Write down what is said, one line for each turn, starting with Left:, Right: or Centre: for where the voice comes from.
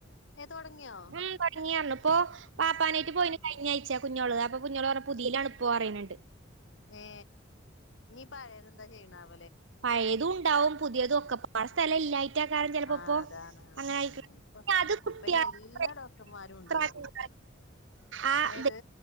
Left: ഏഹ് തൊടങ്ങിയോ
Right: ഉം തുടങ്ങിയരുന്നു ഇപ്പൊ വാപ്പാനെയിട്ട് പോയിന് കഴിഞ്ഞ ആഴ്ച്ച. കുഞ്ഞോള് അപ്പൊ കുഞ്ഞോള് പറഞ്ഞു പുതിയിൽ ആണ് ഇപ്പോ പറയുന്നുണ്ട്
Left: ഏ ഈ പഴയത് എന്താ ചെയ്യണാവോ?
Right: പഴയതും ഉണ്ടാവും പുതിയതും ഒക്കെ പാടെ സ്ഥലം ഇല്ലായി ല്ലാഞ്ഞിട്ടാകും ചെലപ്പോ
Left: ആഹ്
Right: ഇപ്പോ
Left: അതാണ്
Right: അങ്ങനെ
Left: ആഹ്
Right: ആയി
Left: ഇപ്പൊ
Right: അത് കുട്ടാളുടെ
Left: ഇപ്പൊ ഇനി എല്ലാ ഡോക്ടർമാരും ഉണ്ട്
Right: പ്രൈവറ്റ്....
Left: പറഞ്ഞ്
Right: ആ
Left: ഏത്
Right: ത്